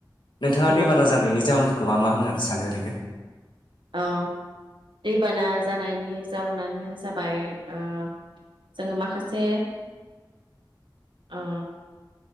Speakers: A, on the left; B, on the right.
A: नोंथाङा
B: देबाव
A: दैबाना जानायनि जाहोमफो खोहा मा होननानै सानो ओरैनो?
B: अ दैबाना जानायनि जाउनानो जाबाय ओ जोङो माखासे ओ